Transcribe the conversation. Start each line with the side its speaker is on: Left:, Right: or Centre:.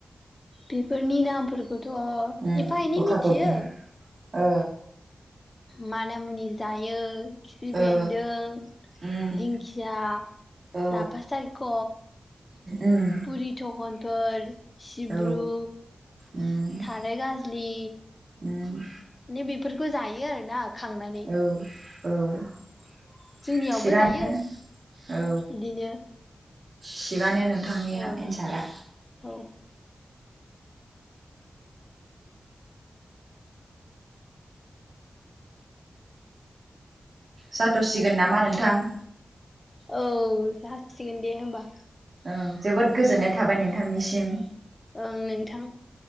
Left: बेफोरनि नामफोरखौथ'
Right: उम
Left: एफा एनै
Right: गोखा
Left: मिथियो।
Right: गोखैनि ओ
Left: माना मुनि जायो खिफि बेन्दों
Right: ओ उम
Left: दिंखिया,
Right: औ
Left: लाफा सायख',
Right: उम
Left: बुरि थखन फोर सिब्रु,
Right: औ उम
Left: थाराइ गाज्लि
Right: उम
Left: माने बेफोरखौ जायो आरोना खांनानै
Right: औ औ
Left: जोंनियावबो
Right: थिगानो
Left: जायो
Right: औ
Left: बिदिनो
Right: थिगानो नोंथांनिया
Left: ओं
Right: एन्सारा।
Left: औ
Right: जाथ'सिगोन नामा नोंथां?
Left: औ जासिगोन दे होमबा।
Right: ओं जोबोद गोजोननाय थाबाय नोंथांनिसिम।
Left: ओं नोंथां।